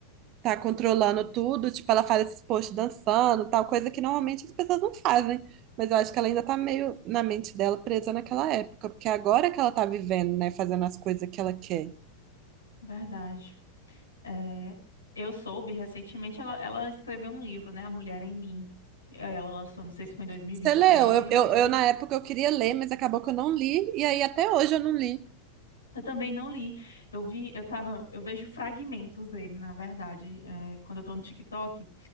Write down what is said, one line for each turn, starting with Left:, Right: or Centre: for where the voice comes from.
Right: tá controlando tudo, tipo, ela faz esses posts dançando, tal, coisa que normalmente as pessoas não fazem. Mas eu acho que ela ainda tá meio na mente dela presa naquela época, porque agora que ela tá vivendo, né, fazendo as coisas que ela quer.
Left: verdade. É, eu soube recentemente, ela, ela escreveu um livro, né? A Mulher em Mim. Eh, Ela lançou, não sei se foi em 2023.
Right: Você leu? Eu, eu, eu, na época eu queria ler, mas acabou que eu não li, e aí até hoje eu não li.
Left: Eu também não li. Eu vi, eu tava, eu vejo fragmentos dele, na verdade, eh, quando eu tô no TikTok.